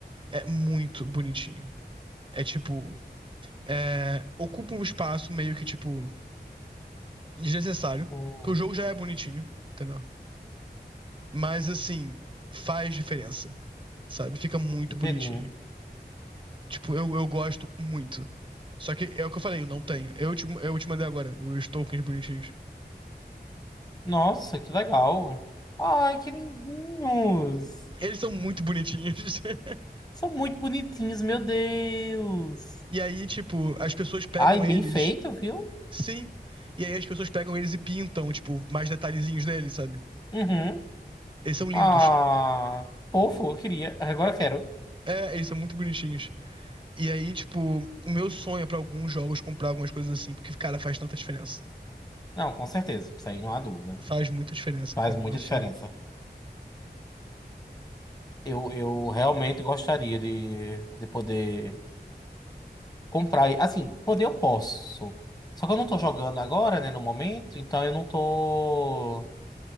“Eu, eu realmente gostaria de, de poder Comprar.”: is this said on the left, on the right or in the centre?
Left